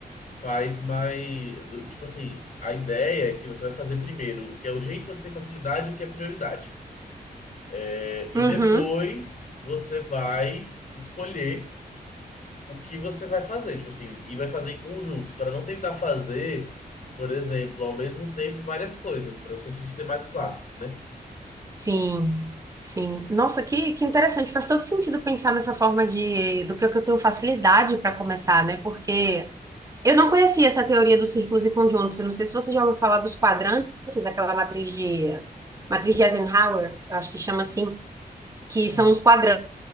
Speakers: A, on the left (about 55°); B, on the right (about 20°).
A: faz mais. do- Tipo assim, a ideia é que você vai fazer primeiro o que é urgente, você tem facilidade e o que é prioridade. É,
B: Uhum.
A: e depois você vai escolher o que você vai fazer, tipo assim, e vai fazer em conjunto, para não tentar fazer, por exemplo, ao mesmo tempo várias coisas, para você sistematizar, né?
B: Sim, sim. Nossa, que, que interessante. Faz todo sentido pensar nessa forma de do que eu que eu tenho facilidade para começar, né? Porque eu não conhecia essa teoria dos círculos e conjuntos. Eu não sei se você já ouviu falar dos quadrantes, aquela matriz de matriz de Eisenhower, eu acho que chama assim, que
A: Pô,
B: são os quadrantes,